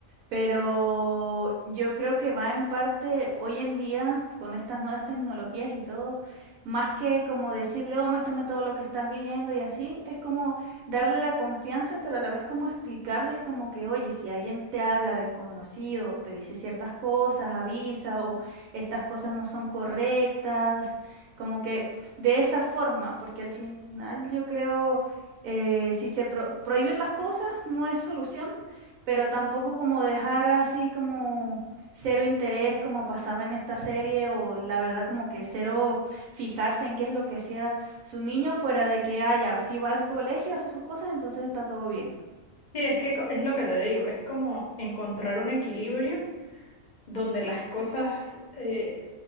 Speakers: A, on the right; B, on the left.
A: Pero yo creo que va en parte hoy en día con estas nuevas tecnologías y todo, más que como decirle, oh, muéstrame todo lo que estás viendo y así, es como darle la confianza, pero a la vez como explicarles como que, oye, si alguien te habla desconocido, te dice ciertas cosas, avisa o estas cosas no son correctas, como que de esa forma, porque al final yo creo, eh, si se pro- prohibir las cosas no es solución pero tampoco como dejar así como cero interés como pasaba en esta serie o la verdad como que cero fijarse en qué es lo que hacía su niño fuera de que haya, si va al colegio, hace sus cosas, entonces está todo bien.
B: Sí, es que co- es lo que te digo, es como encontrar
A: Mm,
B: un equilibrio donde las cosas, eh,